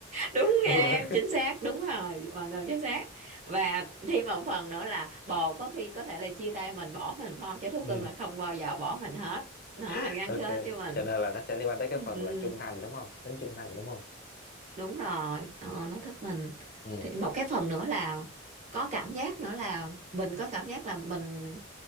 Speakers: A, on the right; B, on the left.
A: đúng
B: đúng
A: nghe
B: rồi
A: chính xác đúng rồi hoàn toàn chính xác và thêm một phần nữa là bồ có khi có thể là chia tay mình bỏ mình phải không chứ thú
B: ừ.
A: cưng là không bao giờ bỏ mình hết nó
B: <laughs>
A: gắn
B: ok
A: kết với mình
B: cho nên là nó sẽ liên quan tới
A: ừ.
B: cái phần
A: ừ.
B: là trung thành đúng không tính trung thành đúng không
A: đúng rồi ờ, nó thích mình
B: ừ
A: thì một cái phần nữa là có cảm giác nữa là mình có cảm giác là mình